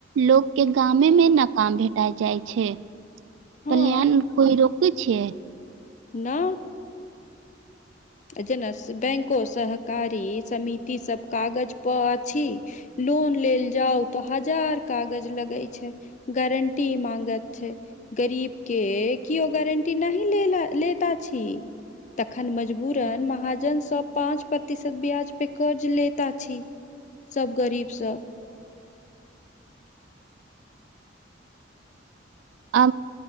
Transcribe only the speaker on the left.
हँ
ना जना बैंको सहकारी समिति सभ कागज पर कहती अछि लोन लेल जाउ तऽ हजार कागज लगेगै छै गारंटी मागत छै गरीब के केओ गारंटी नहि लेता छी तखन मजबू महाजनसँ पाँच प्रतिशत ब्याजपे कर्ज लैत अछि सब गरीबसँ